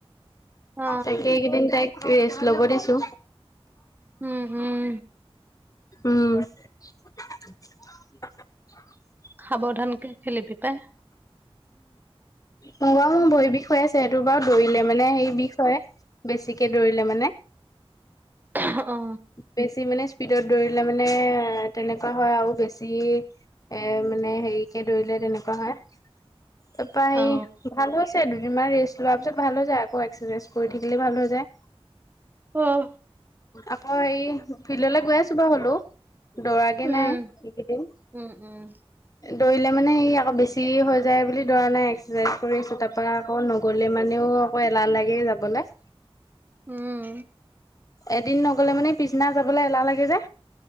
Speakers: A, on the right (about 20°); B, on the left (about 35°).
A: অ
B: তাকে ইকেইদিন তাইক ৰেষ্ট লব দিছো।
A: উম উম
B: উম। <unintelligible>
A: সাৱধানকে খেলিবি পায়।
B: ম বাওঁ ভৰি বিষ হৈ আছে সেইটো বাৰু দৌৰিলে মানে বিষ হয়। বেছিকে দৌৰিলে মানে।
A: থ অ।
B: বেছি মানে স্পীডত দৌৰিলে মানে, তেনেকুৱা হয় আৰু বেছি। এ মানে হেৰিকে ধৰিলে তেনেকুৱা হয়। পায়
A: অ
B: ভাল হৈছে, দুদিনমান ৰেষ্ট লোৱাৰ পিছত ভাল হৈ যায়। আকৌ এক্সাৰচাইজ কৰি থাকিলে ভাল হৈ যায়।
A: অ'হ।
B: আকৌ হেই ফিল্ডলৈ গৈ আছোঁ বা হ'লেও। দৌৰাগে
A: উম
B: নাই এইকেইদিন।
A: উম উম
B: দৌৰিলে মানে হেই আকৌ বেছি হৈ যায় বুলি দৌৰা নাই। এক্সাৰচাইজ কৰিছো তাৰ পৰা আকৌ নগ'লে মানেও? অ এলাহ লাগে যাবলে।
A: উম।
B: এদিন নগলে মানে পিছদিনা যাবলৈ এলাহ লাগে যে